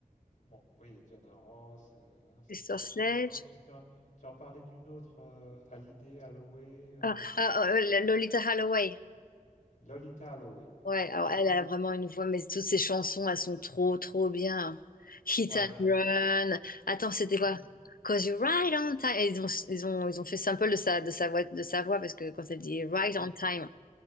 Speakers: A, on the left; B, on the left.
A: Bon, oui, Diana Ross, heu, hein, Sister
B: Sister
A: Sledge.
B: Sledge.
A: Non, tu tu en tu en parlais d'une autre, heu, Hallyday, Holloway, heu,
B: Ah, ah, oh, euh, la- Lolita Holloway.
A: Lolita Holloway.
B: Ouais, alors
A: Bah, écoute
B: elle a vraiment une voix, mais toutes ses chansons, elles sont trop, trop bien. Hit
A: ouais,
B: and Run.
A: d'accord.
B: Attends, c'était quoi?
A: Mmh mh.
B: Cause you right on time. Et Ils ont, ils ont, ils ont fait sample de sa, de sa voix, de sa voix parce que quand elle dit right
A: Mmh
B: on time,